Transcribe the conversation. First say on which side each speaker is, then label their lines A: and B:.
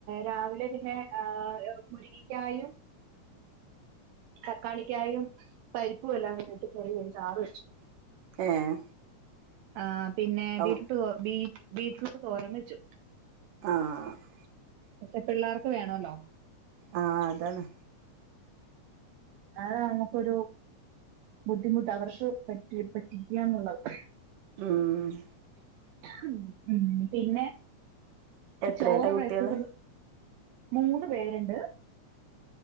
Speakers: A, on the right; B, on the right.
A: രാവിലെ പിന്നെ മുരിങ്ങിക്കായും തക്കാളിക്യായാലും പരിപ്പും എല്ലാം അങ്ങിട്ട് ഒരു ചെറിയ ചാറ് വെച്ചു
B: ഏഹ്
A: ആ പിന്നെ
B: അപ്പം
A: ബീട്ടൂ ബീറ്റ്റൂട്ട് തോരം വെച്ചു
B: ആഹ്
A: പക്ഷേ പിള്ളാർക്ക് വേണല്ലോ
B: ആഹ് അതാണ്
A: ആഹ് ങ്ങക്കൊരു ബുദ്ധിമുട്ടാ വർഷോ പറ്റി പറ്റിക്കാന്നുള്ളത്
B: ഉം
A: <inaudible> ഉം പിന്നെ
B: എത്രേലാ
A: ചോറ്
B: കുട്ടികള്
A: റൈസൂടല് മൂന്ന് പേരുണ്ട്